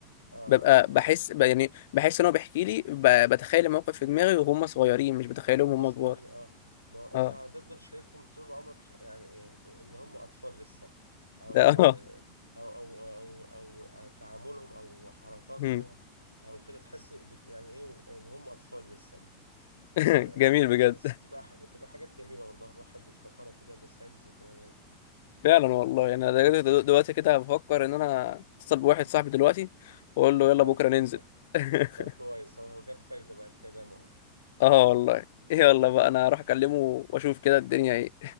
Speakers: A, on the right; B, on the left.
A: اه
B: ببقى بحس ب- يعني بحس ان هو بيحكي لي ب- بتخيل الموقف في دماغي وهم صغيرين مش بتخيلهم
A: وهم
B: وهم
A: صغيرين
B: كبار
A: اه ما هو انت
B: اه
A: هتفضل شايفهم طول عمرك ح- يعني إيه إيه، ان هم اطفال لسه او
B: ده اه
A: او او او, أو, أو تعاملهم او حركاتهم
B: مم.
A: او كده تحس بت- يعني ايه وهم اطفال لسه
B: <laughs>
A: آه
B: جميل
A: ب-
B: بجد
A: بس بتبقى ح- بتبقى حاجات جميلة والله الواحد بيفتكرها كده بيستعيد الذكريات
B: فعلا والله يعني انا دلوقتي
A: اه
B: دلوقتي كده
A: اه
B: بفكر ان انا اتصل بواحد
A: <laughs>
B: صاحبي دلوقتي واقول
A: طب
B: له
A: كويس
B: يلا بكرة ننزل
A: والله
B: <laughs>
A: طب كويس هو جاب فايدة بقى الكلام اهو
B: اه
A: تمام
B: والله يلا بقى انا هروح اكلمه واشوف كده الدنيا ايه